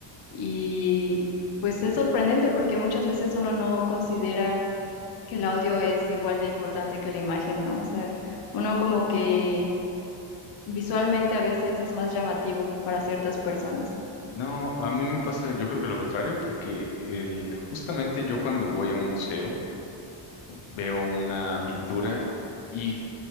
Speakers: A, on the left; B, on the left.
A: Y pues es sorprendente porque muchas veces uno no considera que el audio es igual de importante que la imagen, ¿no? O sea, uno como que visualmente a veces es más llamativo para ciertas personas.
B: No, a mí me pasa, yo creo que lo contrario, porque el, justamente yo cuando voy a un museo veo una pintura y